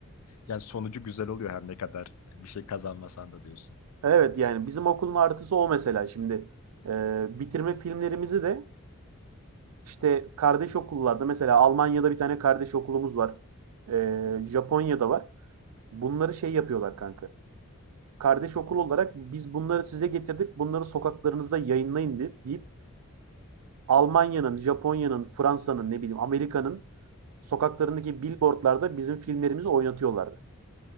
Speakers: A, on the left (about 85°); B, on the right (about 85°).
A: Yani sonucu güzel oluyor her ne kadar bir şey kazanmasan da diyorsun.
B: Evet yani bizim okulun artısı o mesela şimdi. Ee, bitirme filmlerimizi de işte kardeş okullarda mesela Almanya'da bir tane kardeş okulumuz var. Ee, Japonya'da var. Bunları şey yapıyorlar kanka. kardeş okul olarak biz bunları size getirdik. Bunları sokaklarınızda yayınlayın de- deyip Almanya'nın, Japonya'nın, Fransa'nın, ne bileyim Amerika'nın sokaklarındaki billboardlarda bizim filmlerimizi oynatıyorlardı.